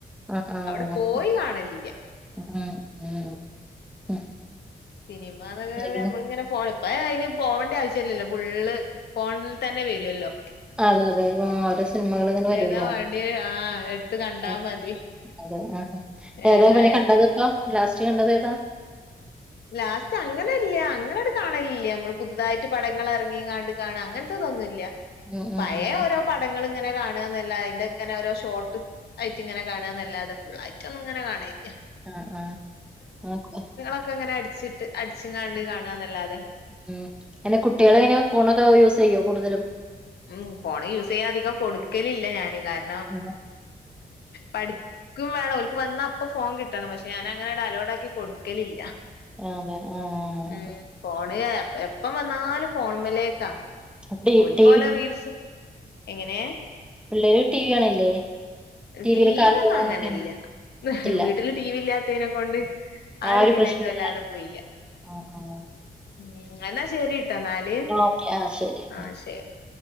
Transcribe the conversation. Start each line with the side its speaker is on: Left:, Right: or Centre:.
Centre: ആഹ് ആഹ്
Left: അവിടെ പോയികാണലില്ല്യാ
Centre: ഉം ഉം ഉം ഉം
Left: സിനിമാനെക്കാളും
Centre: പിന്നെ പിന്നെ
Left: നമ്മളിങ്ങനെ ഫോണും ഇപ്പ അയിന് പോവണ്ട ആവശ്യംല്ലല്ലോ ഫുള്ള് ഫോണിൽത്തന്നെ വരുഅല്ലോ
Centre: അതെ-അതെ ആ ഓരോ സിനിമകളിങ്ങനെ വരുവല്ലോ
Left: ഏതാ വാണ്ടിയെ ആഹ് എടുത്ത് കണ്ടാ
Centre: അ-അതെ-ആ
Left: മതി
Centre: ഏതാപിന്നെ
Left: ഏതായാലും
Centre: കണ്ടതിപ്പൊ ലാസ്റ്റ് കണ്ടതേതാ
Left: ലാസ്റ്റ് അങ്ങനില്യ അങ്ങനണ്ട് കാണലില്ല നമ്മള് പുതുതായിട്ട് പടങ്ങൾ ഇറങ്ങിങ്ങാണ്ട് കാണാ അങ്ങനത്ത്തൊന്നുല്യ
Centre: ഉം ഉം
Left: പയയ
Centre: ഉം
Left: ഓരോ പടങ്ങള്ങ്ങനെ ഇങ്ങനെ കാണാന്നല്ലാ അയിന്റെ ഇങ്ങനെ ഓരോ ഷോട്ടും ആയിട്ടിങ്ങനെകാണാന്നല്ലാതെ ഫുള്ളായിട്ടൊന്നും ഇങ്ങനെ കാണില്ല
Centre: ആഹാ നോക്ക്
Left: ഒക്കങ്ങനെ അടിച്ചിട്ട് അടിച്ച്ങ്ങണ്ട് കാണന്നല്ലാതെ
Centre: ഉം പിന്നെ കുട്ടികളെങ്ങനെ ഫോണൊക്കെ യൂസ്ചെയ്യോ കൂടുതലും
Left: ഉം ഫോണ് യൂസെയ്യാ അധികം കൊടുക്കലില്ല ഞാന് കാരണം
Centre: ആഹ്
Left: പഠിക്കും വേണോൽ വന്ന അപ്പോ ഫോൺ കിട്ട താണ്. പക്ഷെ ഞാനങ്ങനാണ്ട് അലൗടാക്കി കൊട് കലിൽ
Centre: അതെ ആഹ്
Left: ഉം ഫോണ് യ എപ്പം വന്നാലും ഫോൺമെലേക്കാ
Centre: അപ്പീ
Left: ക്കോല റീൽസ്. എങ്ങനെ..
Centre: പിള്ളേര് ടി വി കാണില്ലേ ടിവിയിൽ
Left: ടി
Centre: കാർട്ടൂൺ
Left: വി ഒന്നും
Centre: അങ്ങനൊക്കെ
Left: അങ്ങനില്ല്യ
Centre: ഇല്ല
Left: വീട്ടില് ടി വി ഇല്ലാ ത്തേനെ കൊണ്ട് ആ ഇരിതിലേക്ക്
Centre: ഒരു പ്രശ്നല്ല
Left: വല്ലാതെ പോയില്ല
Centre: ആഹ് ആഹ്
Left: ഉം എന്നാ ശരിട്ടോ എന്നാല്
Centre: ഓക്കെ ആഹ് ശരി
Left: ആഹ ശരി